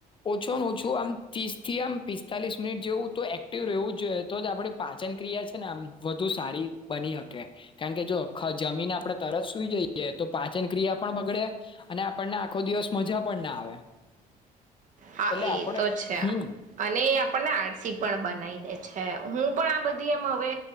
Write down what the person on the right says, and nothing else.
હા
એ
તો છે
અને એ આપણને આડસી પણ બનાવી દે છે હું પણ આ બધી એમ હવે